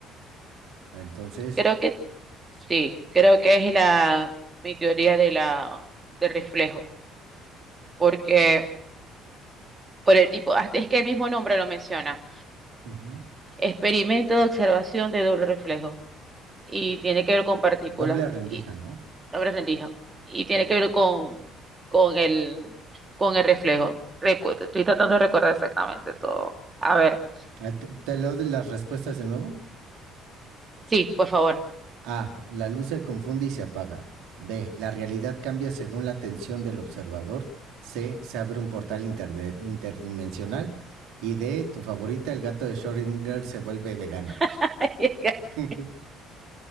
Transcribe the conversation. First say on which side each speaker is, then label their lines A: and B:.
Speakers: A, on the right (about 60°); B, on the right (about 25°).
A: Entonces,
B: Creo que sí, creo que es la, mi teoría de la, de reflejo. porque por el tipo, hasta es que el mismo nombre lo menciona,
A: ujú,
B: experimento de observación de doble reflejo, y tiene que ver con partículas,
A: doble rendija,
B: y
A: ¿no?
B: doble rendija, y tiene que ver con, con el, con el reflejo. Recu- estoy tratando de recordar exactamente todo. A ver,
A: Ah, ¿Te, te leo de las respuestas de nuevo?
B: sí, por favor.
A: A. La luz se confunde y se apaga. B. La realidad cambia según la atención del observador. C. Se abre un portal interde- interdimensional. Y D. Tu favorita, el gato de Schrödinger, se vuelve vegano.
B: <laughs>
A: <laughs>